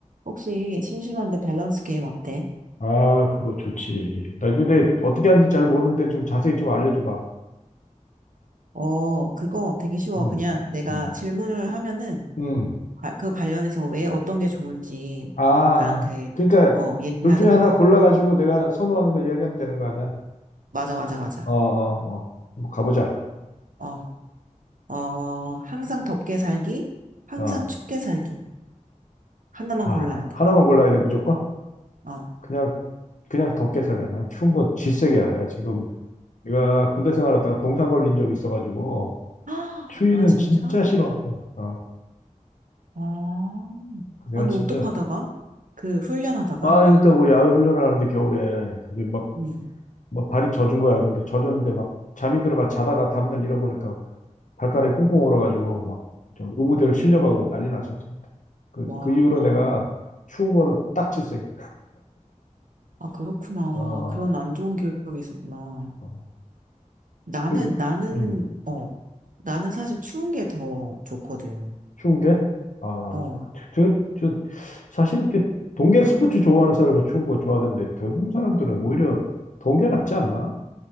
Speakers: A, on the right; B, on the left.
A: 혹시 심심한데 밸런스 게임 어때?
B: 아, 그거 좋지. 나 근데
A: 음,
B: 어떻게 하는지 잘 모르는데 좀 자세히 좀 알려줘봐.
A: 어, 그거 되게 쉬워.
B: 응,
A: 그냥 내가
B: 응,
A: 질문을 하면은
B: 응.
A: 아, 그 관련해서 왜 어떤 게 좋은지
B: 아,
A: 어,
B: 아.
A: 나한테
B: 그러니까
A: 어, 얘기하는
B: 둘 중에 하나
A: 거야.
B: 골라가지고 내가 선호하는 거 이야기하면 되는 거 아니야?
A: 맞아, 맞아, 맞아.
B: 어, 어, 어. 한번 가보자.
A: 어, 어, 항상 덥게 살기, 항상
B: 어.
A: 춥게 살기. 하나만
B: 아,
A: 골라야 돼.
B: 하나만 골라야 돼, 무조건?
A: 어.
B: 그냥, 그냥 덥게 살래. 난 추운 건 질색이야. 내가 지금, 내가 군대 생활하다가 동상 걸린 적이 있어가지고,
A: 아,
B: 추위는
A: 아, 진짜?
B: 진짜 싫어. 어. 어.
A: 아,
B: 내가
A: 아니,
B: 진짜.
A: 어떡하다가? 그, 훈련하다가?
B: 아, 그러니까 뭐 야외 훈련하는데 겨울에, 근데 막
A: 음.
B: 뭐 발이 젖은 거야. 근데 젖었는데 막 잠이 들어가 자다가 다음날 잃어보니까 발가락이 꽁꽁 얼어가지고 막저 의무대로 실려가고 난리 났었어. 그,
A: 와,
B: 그 이후로 내가 추운 거는 딱 질색.
A: 아, 그렇구나.
B: 어,
A: 그런 안 좋은 기억이 있었구나.
B: 어,
A: 나는,
B: 그,
A: 나는,
B: 음,
A: 어, 나는 사실 추운 게 더 좋거든.
B: 추운 게? 아,
A: 어,
B: 저, 저, 사실 이렇게 동계 스포츠 좋아하는 사람은 추운 거 좋아하던데 대부분 사람들은 오히려 동계 낫지 않나?